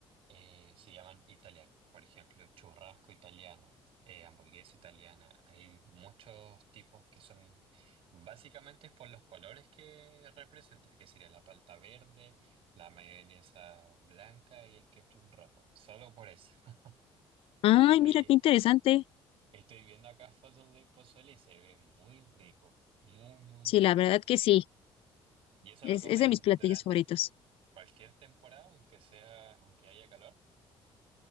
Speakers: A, on the right; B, on the left.
A: eh, se llaman italianos. Por ejemplo, churrasco italiano, eh, hamburguesa italiana. Hay muchos tipos que son básicamente es por los colores que representa, que sería la palta verde, la mayonesa blanca y el ketchup rojo. Solo por eso. <laughs>
B: Ay,
A: Oye,
B: mira qué interesante.
A: estoy viendo acá fotos de pozole y se ve muy rico, muy, muy,
B: Sí,
A: muy
B: la
A: rico.
B: verdad que sí,
A: ¿Y eso
B: es,
A: lo comen
B: es de mis platillos
A: durante
B: favoritos.
A: cualquier temporada, aunque sea, aunque haya calor?